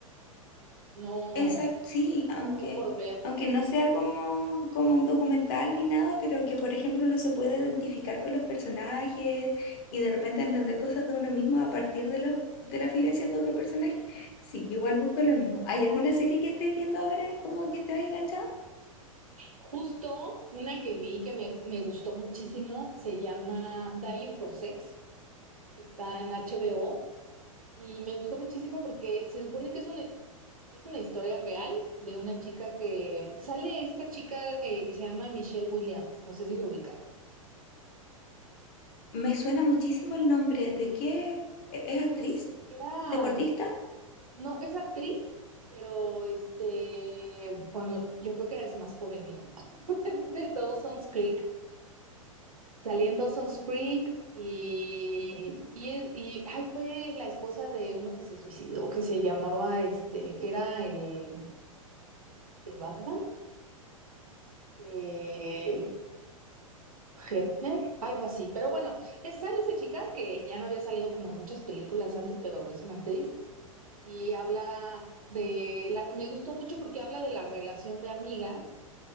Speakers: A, on the right; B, on the left.
A: no,
B: <laughs> Exacto, sí, aunque,
A: no ver por ver.
B: aunque no sea como, como un documental ni nada, pero que por ejemplo uno se puede identificar con los personajes y de repente entender cosas de uno mismo a partir de los, de las vivencias de otro personaje. Sí, yo igual busco lo mismo. ¿Hay alguna serie que estés viendo ahora como que estés enganchado?
A: Justo una que vi que me, me gustó muchísimo se llama Dying for Sex, está en HBO y me gustó muchísimo porque se supone que es una, es una historia real de una chica que sale esta chica eh, que se llama Michelle Williams, no sé si lo ubicas.
B: Me suena muchísimo el nombre. ¿De
A: Sí.
B: qué? ¿E- ¿Es actriz?
A: Es, era,
B: ¿Deportista?
A: no, es actriz, pero este, bueno, yo creo que eres más joven que yo, <laughs> es de Dawson's Creek. Salí en Dawson's Creek y, y, y ay, fue la esposa de uno que se suicidó, que se llamaba este, que era el de Batman, eh, Hefner, algo así. Pero bueno, es- sale esa chica que ya no había salido como en muchas películas antes, pero es una actriz y habla de la, me gustó mucho porque habla de la relación de amigas